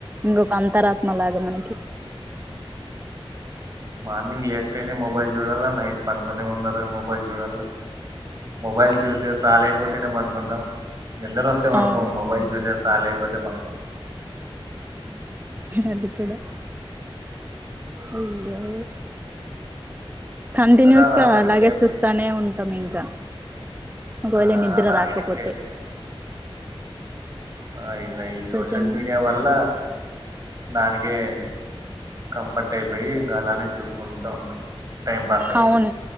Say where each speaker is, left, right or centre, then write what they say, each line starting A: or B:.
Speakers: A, on the right; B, on the right.
A: ఇంకొక అంతరాత్మ లాగా మనకి
B: మార్నింగ్ లేస్తేనే మొబైల్ చూడాలా నైట్ పనుకొనే ముందర్ నే మొబైల్ చూడలా మొబైల్ చూసే చాల అయిపోతేనే పనుకుంటాం నిద్దరొస్తే బనుకోమ్
A: అవును
B: మొబైల్ చూసే చాల అయిపోతే బనుకుంటామ్
A: అదికుడ అయ్యో కంటిన్యూస్
B: అందరూ అలా
A: గా
B: అడిక్ట్
A: అలాగే
B: అయిపోయారు
A: చూస్తానే ఉంటాం ఇంకా ఒకవేళ
B: ఆ
A: నిద్ర
B: అలా
A: రాకపోతే
B: అడిక్ట్ అయిపోయారు ఆ ఇట్లా ఈ సోషల్
A: ప్రజెంట్
B: మీడియా వల్ల దానికే కంఫర్ట్ అయిపోయి ఇంకా అలానే చూసుకుంటా ఉంటాం టైం పాస్ అయ్యేది
A: అవున్